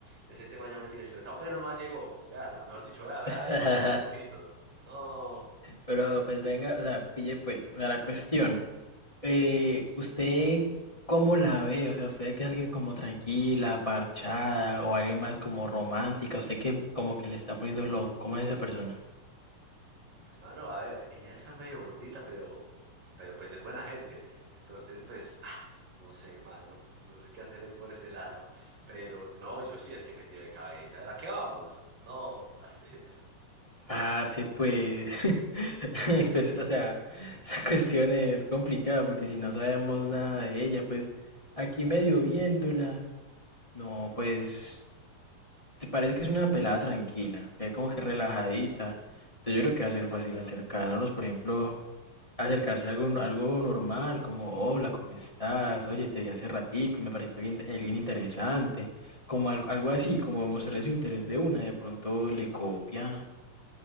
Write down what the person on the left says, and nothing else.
<laughs>
Pero pues venga, o sea, pille pues, o sea, la cuestión. Eh, ¿usted cómo la ve? O sea, ¿usted que es alguien como tranquila, parchada, o alguien más como romántica? ¿Usted que como que le está poniendo lo, ¿Cómo es esa persona?
Parce, pues, <laughs> pues, o sea, esa cuestión es complicada porque si no sabemos nada de ella, pues, aquí medio viéndola, no, pues, parece que es una pelada tranquila, que como que relajadita. Entonces yo creo que va a ser fácil acercarnos, por ejemplo, acercarse a algo, algo normal, como hola, ¿cómo estás? Oye, te vi hace ratico y me pareciste alguien, alguien interesante. Como algo, algo así, como demostrarle su interés de una. De pronto le copia